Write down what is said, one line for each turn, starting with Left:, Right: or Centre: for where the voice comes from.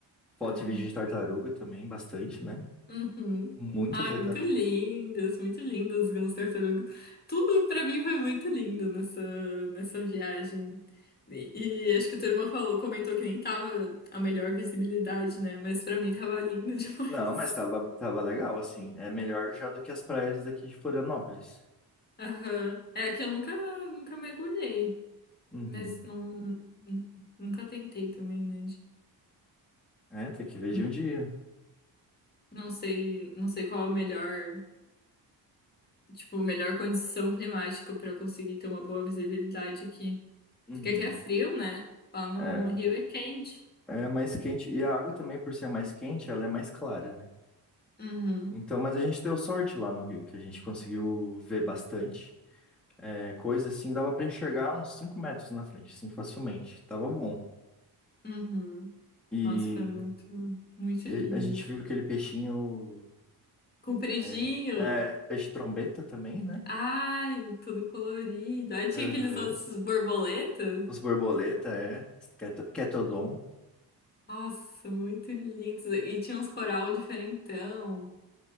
Centre: Foto
Left: Ai,
Centre: e vídeo de tartaruga também, bastante, né?
Left: uhum.
Centre: Muita
Left: Ai,
Centre: tartaruga.
Left: muito lindas, muito lindas aquelas tartarugas. Tudo pra mim foi muito lindo nessa, nessa viagem. E, e acho que a tua irmã falou, comentou que nem tava a melhor visibilidade, né? Mas pra mim tava lindo <laughs> demais.
Centre: Não, mas tava, tava legal, assim. É melhor já do que as praias daqui de Florianópolis.
Left: Aham. É que eu nunca, nunca mergulhei,
Centre: Uhum.
Left: mas não, nunca tentei também, né? de-
Centre: É, tem que ver
Left: hum,
Centre: de um dia.
Left: Não sei, não sei qual a melhor, tipo, melhor condição climática para eu conseguir ter uma boa visibilidade aqui.
Centre: Uhum.
Left: Porque aqui é frio, né? Lá no
Centre: É.
Left: Rio é quente.
Centre: É mais quente. E a água também, por ser mais quente, ela é mais clara, né?
Left: Uhum,
Centre: Então, mas a gente deu sorte lá no Rio, que a gente conseguiu ver bastante. É, coisa assim, dava pra enxergar uns cinco metros na frente, assim, facilmente. Tava bom.
Left: uhum.
Centre: E,
Left: Nossa, foi muito, muito
Centre: e
Left: lindo.
Centre: a gente viu aquele peixinho.
Left: Compridinho.
Centre: É, é, peixe trombeta também, né?
Left: Ai, todo colorido. Aí tinha
Centre: Aham.
Left: aqueles outros borboletas.
Centre: Os borboleta, é. Cat- Catodon.
Left: Nossa, muito lindos. E tinha uns coral diferentão.